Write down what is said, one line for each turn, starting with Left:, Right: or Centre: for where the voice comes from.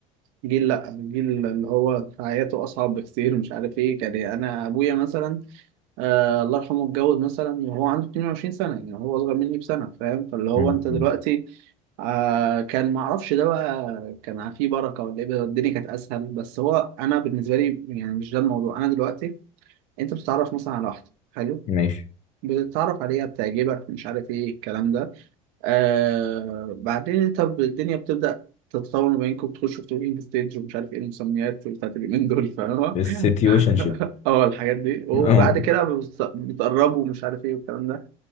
Right: جيل لا جيل اللي هو حياته اصعب بكتير مش عارف ايه كان يعني انا ابويا مثلا آه الله يرحمه اتجوز مثلا وهو عنده 22 سنه يعني هو اصغر مني بسنه فاهم فاللي هو
Left: مم.
Right: انت دلوقتي
Left: مم.
Right: آه كان ما اعرفش ده بقى كان فيه بركه ولا ايه الدنيا كانت اسهل بس هو انا بالنسبه لي يعني مش ده الموضوع انا دلوقتي انت بتتعرف مثلا على واحده حلو
Left: ماشي
Right: بتتعرف عليها بتعجبك مش عارف ايه الكلام ده آه بعدين انت ب- الدنيا بتبدأ تتطور ما بينكم بتخشوا في توكينج ستيج ومش عارف ايه المسميات بتاعت اليومين دول فاهمة؟
Left: السيتويشن
Right: <laughs>
Left: شيب
Right: اه الحاجات دي وبعد
Left: <laughs> اه
Right: كده بت- بتقربوا ومش عارف ايه والكلام ده